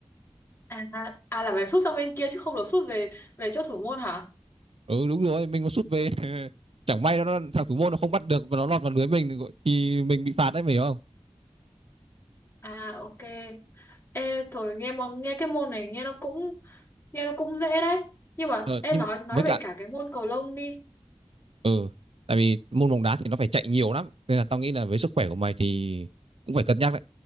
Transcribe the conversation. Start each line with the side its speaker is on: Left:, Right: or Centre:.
Left: à à là phải sút sang bên kia chứ không được sút về về chỗ thủ môn hả
Right: Ừ đúng rồi, mình mà sút về <laughs> chẳng may nó thằng thủ môn nó không bắt được và nó lọt vào lưới mình thì mình bị phạt đấy mày hiểu không?
Left: à ok Ê, thôi nghe món nghe cái môn này nghe nó cũng nghe nó cũng dễ đấy nhưng mà
Right: Ờ,
Left: ê
Right: nhưng
Left: nói
Right: mà
Left: nói
Right: với
Left: về
Right: cả
Left: cả cái môn cầu lông đi
Right: ừ tại vì môn bóng đá thì nó phải chạy nhiều lắm nên là tao nghĩ là với sức khỏe của mày thì cũng phải cân nhắc đấy